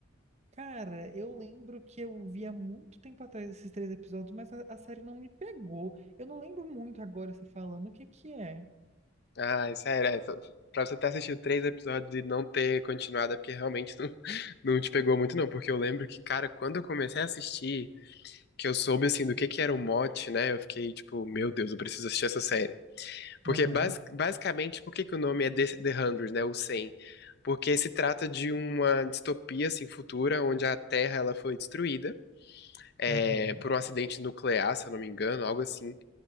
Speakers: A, on the right (about 35°); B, on the left (about 50°).
A: Cara, eu lembro que eu vi há muito tempo atrás esses três episódios, mas a, a série não me pegou. Eu não lembro muito agora você falando o que que é.
B: Ah, sério, é, só- pra você ter assistido três episódios e não ter continuado, é porque realmente não, <laughs> não te pegou muito, não. Porque eu lembro que, cara, quando eu comecei a assistir. que eu soube, assim, do que que era o mote, né? Eu fiquei, tipo, meu Deus, eu preciso assistir essa série. Porque,
A: Aham,
B: bas- basicamente, por que que o nome é The, The 100, né? O 100? Porque se trata de uma distopia, assim, futura, onde a Terra, ela foi destruída é,
A: aham.
B: por um acidente nuclear, se eu não me engano, algo assim.